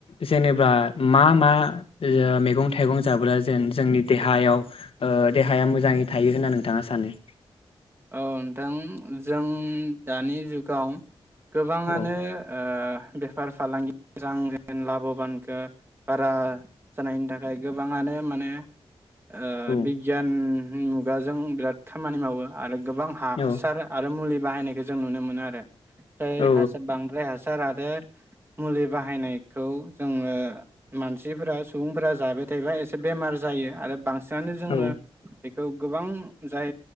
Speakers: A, on the left; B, on the right.
A: जेनेबा मा मा मैगं थाइगं जाब्ला जोन जोंनि देहायाव देहाया मोजाङै थायो होनना नोंथाङा सानो
B: औ नोंथां जों दानि जुगाव गोबाङानो
A: औ
B: ओ बेफार फालांगि मोजां लाबोबानोखो बारा जानायनि थाखाय गोबाङानो माने ओ
A: औ
B: बिगियान मुगाजों बिराद खामानि मावो आरो गोबां हासार
A: औ
B: आरो मुलि बाहायनायखौ जों नुनो मोनो आरो बां
A: औ
B: हासार बांद्राय हास सार आरो मुलि बाहायनायखौ जोङो मानसिफोरा सुबुंफोरा जाबाय थायोबा एसे बेमार जायो आरो बांसिन दानो जोङो
A: औ
B: बेखौ गोबां जाय